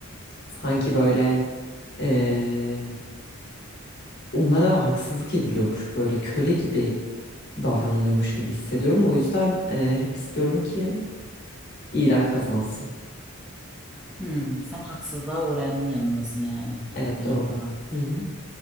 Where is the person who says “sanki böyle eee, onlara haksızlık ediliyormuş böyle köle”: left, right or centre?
Left